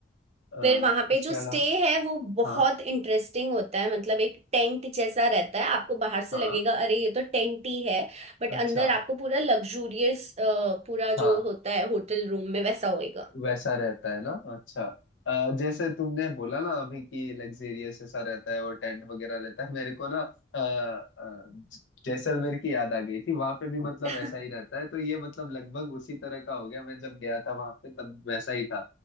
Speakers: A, on the left; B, on the right.
A: अ,
B: फिर वहां पे
A: उसके
B: जो
A: अलावा
B: स्टे है वो बहुत
A: हाँ
B: इंटरेस्टिंग होता है मतलब एक टेंट जैसा रहता है आपको बाहर से
A: हाँ
B: लगेगा अरे ये तो टेंट ही है बट
A: अच्छा
B: अंदर आपको पूरा लग्जूरियस पूरा
A: हाँ
B: जो होता है होटल रूम में वैसा होएगा
A: वैसा रहता है ना अच्छा अ, जैसे तुमने बोला ना अभी कि लग्जेरियस ऐसा रहता है और टेंट वगैरह रहता है मेरे को ना अ, अ, ज- जैसलमेर की याद आ गई थी वहां पे भी मतलब
B: <laughs>
A: ऐसा ही रहता है तो ये मतलब लगभग उसी तरह का हो गया मैं जब गया था वहां पे तब वैसा ही था